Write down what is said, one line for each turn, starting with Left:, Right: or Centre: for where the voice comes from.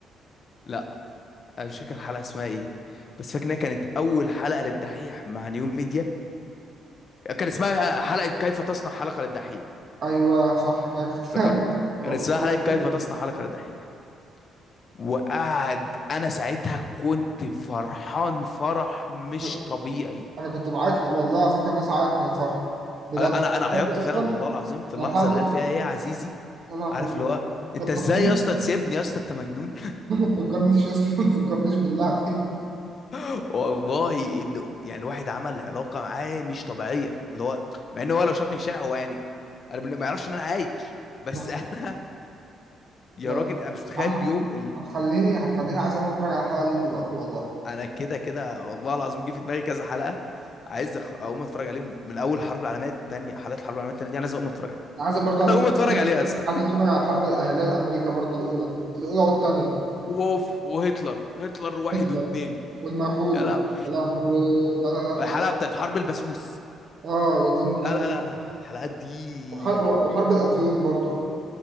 Left: لا انا مش فاكر الحلقه اسمها ايه بس فاكر انها كانت اول حلقه للدحيح مع نيو ميديا كان اسمها حلقه كيف تصنع حلقه للدحيح
Right: ايوه صح كده كنت
Left: افتكرت
Right: <laughs>
Left: كان اسمها
Right: كنت بحكي
Left: حلقه كيف تصنع حلقه للدحيح وقعد انا ساعتها كنت فرحان فرح مش
Right: لك.
Left: طبيعي
Right: انا كنت بعيط والله العظيم كان الناس عيط من الفرحه بجد
Left: انا
Right: الحلقة
Left: انا أنا عيطت
Right: دي
Left: فعلا
Right: اصلا
Left: والله العظيم في اللحظه
Right: الحلقه
Left: اللي
Right: دي
Left: قال فيها ايه يا عزيزي
Right: يا لهوي
Left: عارف اللي هو انت
Right: ما تفكرنيش
Left: ازاي يا اسطى تسيبني يا اسطى انت مجنون
Right: <laughs> ما تفكرنيش يا اسطى ما تفكرنيش بالله <laughs> عليك
Left: <laughs> والله إنه- يعني الواحد عمل علاقه معاه مش طبيعيه اللي هو مع ان هو لو شافني في الشارع هو يعني انا بن- ما يعرفش ان انا عايش بس
Right: لا
Left: <laughs> انا يا
Right: لا لا.
Left: راجل انا مش متخيل
Right: يا عم
Left: اليوم
Right: هتخليني هتخليني عايز اقوم اتفرج على الحلقه دي دلوقتي والله
Left: انا كده كده والله العظيم جه في دماغي كذا حلقه عايز أخ... اقوم اتفرج عليهم من اول الحرب العالميه الثانيه حلقات الحرب العالميه الثانيه دي انا لازم اقوم اتفرج عليها
Right: عايز
Left: <laughs>
Right: برضو
Left: انا
Right: أ-
Left: اقوم اتفرج عليها يا اسطى
Right: عايز اتفرج على الحرب الاهليه الامريكا برضو الاولى الاولى والثانيه
Left: ووف وهتلر هتلر واحد
Right: هتلر
Left: واتنين
Right: والمغول
Left: يا لهوي
Right: يا لهوي لا لا لا
Left: الحلقه
Right: لا
Left: بتاعت حرب البسوس
Right: اه يا دين النبي
Left: لا لا لا لا الحلقات دي
Right: وحرب, وحرب الافيون برضو